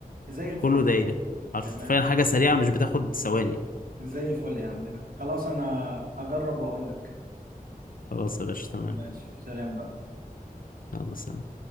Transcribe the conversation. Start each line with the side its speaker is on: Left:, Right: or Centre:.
Right: زي الفل
Left: كله دايلي حرفيا
Right: تمام
Left: حاجة سريعة مش بتاخد ثواني
Right: زي الفل يا عمنا خلاص انا هجرب واقول لك
Left: خلاص يا باشا تمام
Right: ماشي سلام بقى
Left: يلا سلام